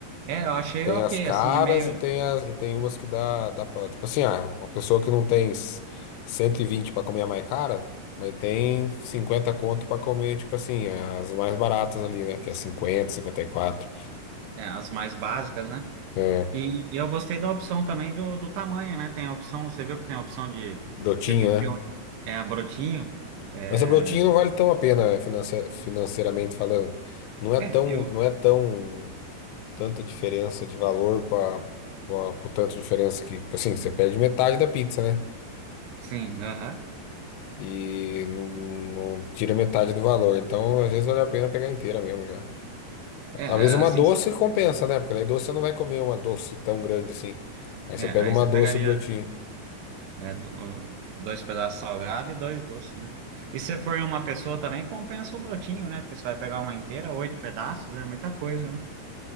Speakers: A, on the right (about 80°); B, on the left (about 80°).
A: É, eu achei
B: Tem
A: ok,
B: as caras
A: assim, é meio...
B: e tem, as, e tem umas que dá, dá pra. Tipo assim, ah, uma pessoa que não tem s- 120 pra comer a mais cara, mas tem 50 conto pra comer, tipo assim, as mais baratas ali, né? Que é cinquenta, cinquenta e quatro.
A: é, as mais básicas, né?
B: É,
A: E, e eu gostei da opção também do, do tamanho, né? Tem a opção, você viu que tem a opção de
B: brotinho,
A: você pediu
B: né?
A: é a brotinho. É,
B: Mas a Brotinho não vale tão a pena financi- financeiramente falando. Não é
A: é
B: tão,
A: eu
B: não é tão tanta diferença de valor para o tanto de diferença que, assim, você perde metade da pizza, né?
A: sim, aham.
B: E não, não tira metade do valor. Então, às vezes vale a pena pegar inteira mesmo já.
A: É,
B: Talvez
A: é,
B: uma
A: assim,
B: doce compensa, né? Porque daí doce você não vai comer uma doce tão grande assim. Aí
A: é,
B: você pega
A: aí
B: uma
A: você
B: doce
A: pegaria
B: Brotinho.
A: é, do- dois pedaços salgado e dois doces, né? E se for uma pessoa também, compensa o brotinho, né? Porque você vai pegar uma inteira, oito pedaços, é muita coisa, né?